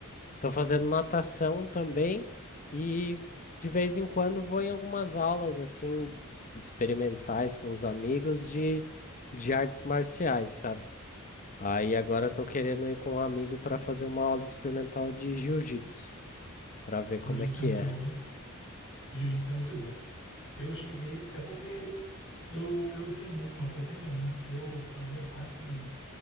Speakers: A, on the left (about 35°); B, on the left (about 60°).
A: Estou fazendo natação também e de vez em quando vou em algumas aulas assim experimentais com os amigos de, de artes marciais, sabe? Aí agora estou querendo ir com um amigo para fazer uma aula experimental de jiu-jitsu, para ver
B: Jiu-jitsu
A: como é que
B: é muito
A: é,
B: bom, viu? Jiu-jitsu é muito bom. Eu cheguei, é porque eu, eu treinei, pronto, eu treinei, né? Eu fazia parte